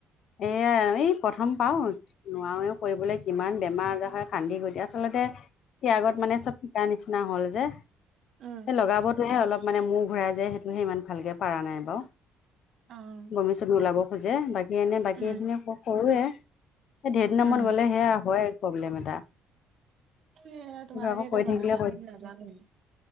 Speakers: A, on the left; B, on the right.
A: এয়া আৰু প্ৰথম পাও নোৱাৰোৱে কৰিবলে কিমান বেমাৰ আজাৰ হয়। কান্দি গৈ দিয়া আচলতে ত্যাগত মানে চব শিকা নিচিনা হল যে। হে
B: উম,
A: লগাবতহে অলপ মানে মূৰ ঘূৰাই যায় সেইটোহে ইমান ভালকে পাৰ নাই বাৰু।
B: অ',
A: বমি চমি ওলাব খোজে বাকী এনে বাকী
B: উম,
A: এইখিনি কৰোয়ে। ঢেৰ দিনৰ
B: উম,
A: মুৰত গ'লে সেয়া হয় প্ৰব্লেম এটা।
B: এ তোমালোকে
A: কিন্তু আকৌ
B: এতিয়া
A: কৰি
B: জানাই
A: থাকিলে
B: আমি
A: কৈ
B: নাজানো এ